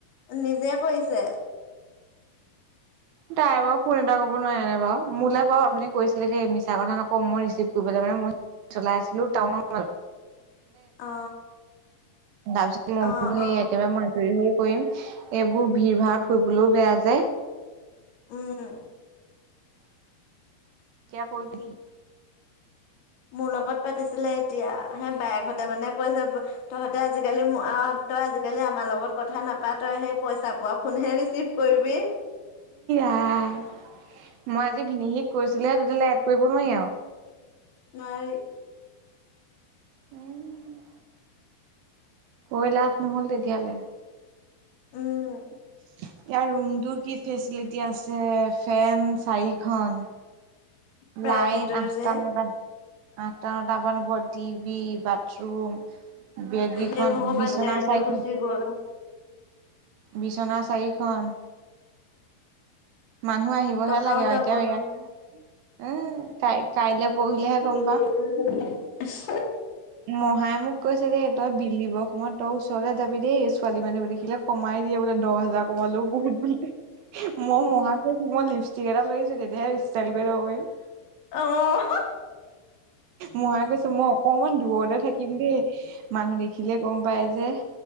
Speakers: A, on the left; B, on the right.
A: নিজে কৰিছে <inaudible>
B: তাই বাৰু ফোন এটা কৰিব নোৱাৰে নাই বাৰু মোলৈ বাৰু অথনি কৈছিলে দেই মিছা কথা নকওঁ মই ৰিচিভ কৰিব মানে ম। চলাই আছিলো টউনত।
A: অ।
B: তাৰপিছত মই
A: অ
B: মোৰতো সেই
A: অ
B: একেবাৰে আজুৰি হৈ। কৰিম এইবোৰ ভিৰ ভাৰত কৰিবলৈও বেয়া যায়।
A: উম।
B: এতিয়া কৰি দিবি।
A: মোৰ লগত পাতিছিলে এতিয়া হে বায়েকহঁতে মানে কৈ যাব তহঁতে আজিকালি। তই আজিকালি আমাৰ লগত কথা নাপাতই সেই পইচা পোৱা ফোনহে ৰিচিভ কৰিবি।
B: আই মই আজি ভিনিহিক কৈছিলোহে এড কৰিব নোৱাৰি আৰু
A: নোৱাৰি
B: উম কৈ লাভ নহল তেতিয়ালে
A: উম
B: ইয়াৰ ৰুমটোৰ কি ফেচিলিটি আছে ফেন চাৰিখন
A: প্ৰাইভেটৰ
B: লাইন আঠটা
A: যে
B: নটা আঠটা নটামান হব টিভি বাথৰুম বেদ গিখন
A: হে ভগৱান
B: বিছনা
A: কাৰেণ্টটো
B: চাৰিখন
A: গুচি গ'ল
B: বিছনা চাৰিখন মানুহ আহিবহে
A: টকাও
B: লাগে
A: যাব
B: আৰু এতিয়া ইয়াত
A: নহয়
B: উম কাই কাইলে পৰহিলেহে
A: <unintelligible>
B: গম মহায়ে মোক কৈছে দেই তই বিল দিব সময়ত তই ওচৰলে যাবি দেই ছোৱালী মানুহবোৰ দেখিলে কমাই দিয়ে বোলে দহ হাজাৰ কমালো বহুত বোলে মই মহাক কৈছো মই লিপ চিগৰাটা লৈ আহিছোঁ তেতিয়া হে ষ্টাইল কৰিব পাৰিম -
A: আহ-
B: মহাই গৈছো মই অকমান দূৰতে থাকিম দেই মানুহ দেখিলে- গম পাই যে-